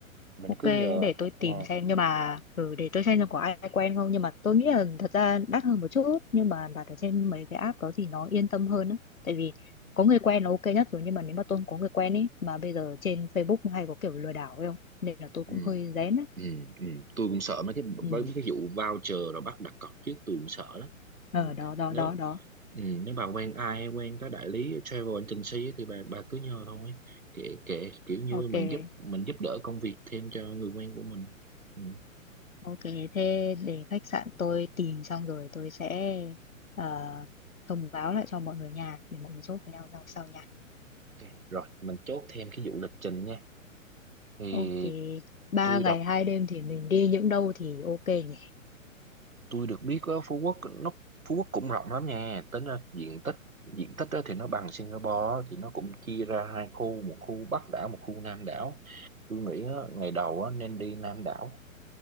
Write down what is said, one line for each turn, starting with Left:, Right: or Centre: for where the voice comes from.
Right: mình
Left: ok
Right: cứ nhờ
Left: để tôi
Right: ờ,
Left: tìm xem nhưng mà ừ, để tôi xem xem có ai quen không nhưng mà tôi nghĩ là thật ra đắt hơn một chút nhưng mà đặt ở trên mấy cái app đó thì nó yên tâm hơn á tại vì có người quen là ok nhất rồi nhưng mà nếu mà tôi không có người quen ấy mà bây giờ trên Facebook hay có kiểu lừa đảo ấy không nên là tôi
Right: ừ.
Left: cũng hơi rén á
Right: Ừ, ừ. Tôi cũng sợ mấy cái với
Left: ừ
Right: mấy cái vụ voucher rồi bắt đặt cọc trước tôi cũng sợ lắm
Left: ờ
Right: ừ.
Left: đó đó
Right: Nếu
Left: đó đó
Right: ừ, nếu bà quen ai hay quen cái đại lý travel agency ấy, thì bà bà cứ nhờ thôi kệ kệ kiểu như
Left: ok
Right: mình giúp mình giúp đỡ công việc thêm cho người quen của mình ừ.
Left: ok thế để khách sạn tôi tìm xong rồi tôi sẽ ờ, thông báo lại cho mọi người nhà để mọi người chốt với nhau nhau sau nha
Right: ok Rồi mình chốt thêm cái vụ lịch trình nha thì
Left: Ok, ba
Right: tôi
Left: ngày
Right: đọc
Left: hai đêm thì mình đi những đâu thì ok nhỉ?
Right: tôi được biết á, Phú Quốc nó Phú Quốc cũng rộng lắm nha tính ra diện tích diện tích á thì nó bằng Singapore á, thì nó cũng chia ra hai khu một khu Bắc đảo một khu Nam đảo tôi nghĩ á, ngày đầu á, nên đi Nam đảo